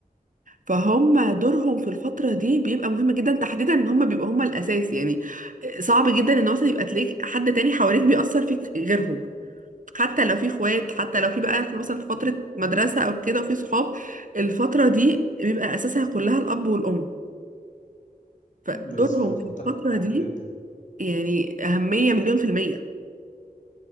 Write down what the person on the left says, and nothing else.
بالظبط
متفق
معاك
جدا